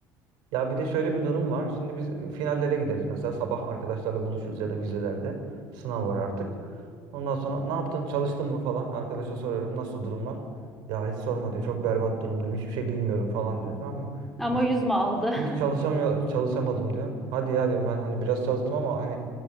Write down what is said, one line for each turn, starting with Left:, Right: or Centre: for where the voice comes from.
Right: Ya bir de şöyle bir durum var. Şimdi biz finallere gideriz. Mesela sabah arkadaşlarla buluşuruz ya da vizelerde. Sınav var artık. Ondan sonra ne yaptın? Çalıştın mı falan? Arkadaşa soruyorum. Nasıl durumlar? Ya hiç sorma diyor. Çok berbat durumdayım. Hiçbir şey bilmiyorum falan diyor. Tamam mı?
Centre: ama
Right: Hiç,
Centre: yüzme aldı.
Right: hiç çalışamıyor, çalışamadım diyor. Hadi ya diyorum ben hani biraz çalıştım ama hani